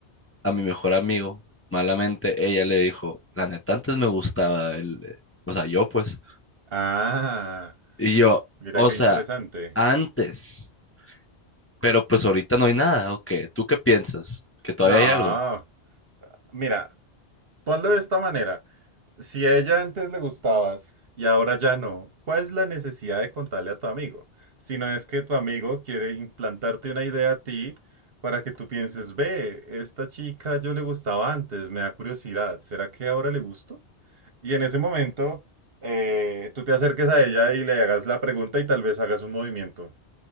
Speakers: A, on the left; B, on the right.
A: a mi mejor amigo, malamente, ella le dijo, la neta, antes me gustaba él, o sea, yo pues.
B: Ah,
A: Y yo,
B: mira
A: o
B: qué
A: sea,
B: interesante.
A: antes, pero pues ahorita no hay nada, ¿o qué? ¿Tú qué piensas? ¿Que todavía
B: No,
A: hay algo?
B: mira, ponlo de esta manera. Si a ella antes le gustabas y ahora ya no, ¿cuál es la necesidad de contarle a tu amigo? Si no es que tu amigo quiere implantarte una idea a ti para que tú pienses, ve, esta chica yo le gustaba antes, me da curiosidad, ¿será que ahora le gusto? Y en ese momento, eh, tú te acerques a ella y le hagas la pregunta y tal vez hagas un movimiento.